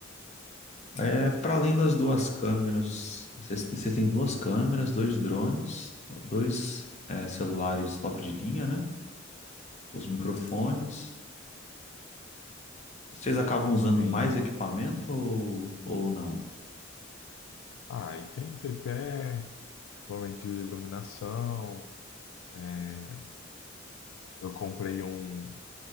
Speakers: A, on the left; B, on the left.
A: É, para além das duas câmeras, vocês vocês têm duas câmeras, dois drones, dois, é, celulares top de linha, né? Os microfones. Vocês acabam usando
B: Tem,
A: mais equipamento ou, ou não?
B: ah, e tem tripé, equipamento de iluminação. É, Eu comprei um,